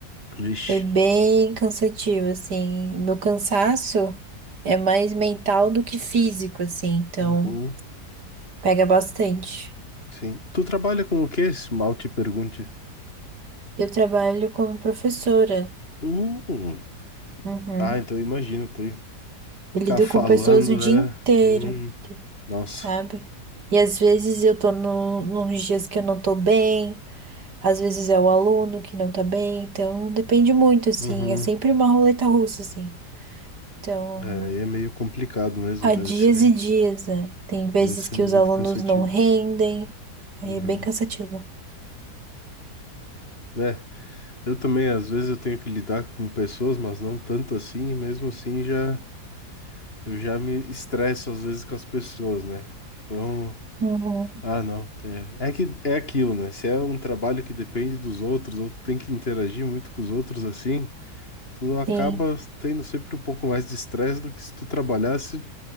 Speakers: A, on the left; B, on the right.
A: Vixe.
B: Foi bem cansativo, assim. Meu cansaço é mais mental do que físico, assim, então
A: Uhum.
B: pega bastante.
A: Sim. Tu trabalha com o quê? Se mal te pergunte.
B: Eu trabalho como professora.
A: Uhum.
B: Uhum.
A: Ah, então eu imagino tu
B: Eu
A: ficar
B: lido
A: falando,
B: com pessoas o dia
A: é.
B: inteiro,
A: Hum. Nossa.
B: sabe? E às vezes eu tô no, nos dias que eu não tô bem, às vezes é o aluno que não tá bem, então depende muito, assim.
A: Uhum.
B: É sempre uma roleta russa, assim. Então.
A: É, aí é meio complicado mesmo,
B: Há
A: deve
B: dias
A: ser.
B: e dias, né? Tem vezes
A: Deve ser
B: que
A: muito
B: os alunos
A: cansativo.
B: não rendem, aí
A: Uhum.
B: é bem cansativo.
A: É, é. Eu também, às vezes eu tenho que lidar com pessoas, mas não tanto assim, e mesmo assim já eu já me estresso às vezes com as pessoas, né? Então,
B: Uhum.
A: ah, não, é, é que é aquilo, né? Se é um trabalho que depende dos outros, ou tu tem que interagir muito com os outros assim, tu acaba
B: Sim.
A: tendo sempre um pouco mais de estresse do que se tu trabalhasse